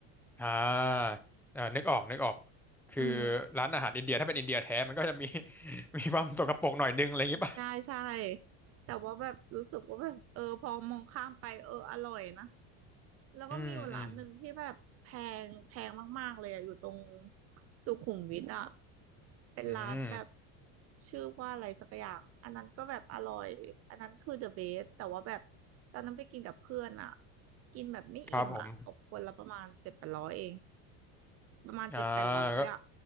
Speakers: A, in the centre; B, on the right.
A: อ่าเออนึกออกนึกออกคือ
B: อืม
A: ร้านอาหารอินเดียถ้าเป็นอินเดียแท้มันก็จะมี <laughs> มีความสกปรกหน่อยนึงอะไรอย่างงี้ป่ะ
B: ใช่ใช่แต่ว่าแบบรู้สึกว่าแบบเออพอมองข้ามไปเอออร่อยนะ แล้วก็มีอยู่ร้านหนึ่งที่แบบแพงแพงมากๆเลยอะอยู่ตรง
A: อืมอืม
B: สุขุมวิทอ่ะเป็นร้านแบบ
A: อืม
B: ชื่อว่าอะไรสักอย่างอันนั้นก็แบบอร่อยอันนั้นคือ the best แต่ว่าแบบตอนนั้นไปกินกับเพื่อนอ่ะกินแบบไม่อิ่มอ่ะตกคนละประมาณเจ็ดแปดร้อยเอง
A: ครับผม
B: ประมาณเจ็ดแปดร้อยอ่ะ
A: อ่าก็